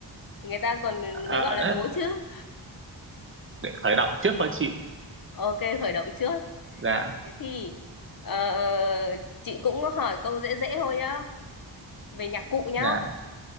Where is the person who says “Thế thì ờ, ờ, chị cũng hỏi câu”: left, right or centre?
Left